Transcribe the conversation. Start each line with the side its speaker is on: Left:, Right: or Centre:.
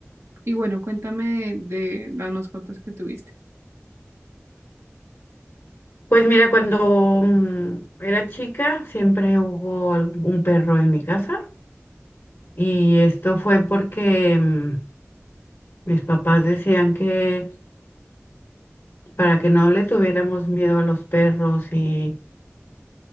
Right: Y bueno, cuéntame de, de las mascotas que tuviste.
Left: Pues mira, cuando mm, era chica siempre hubo algún- un perro en mi casa. Y esto fue porque mm, mis papás decían que para que no le tuviéramos miedo a los perros y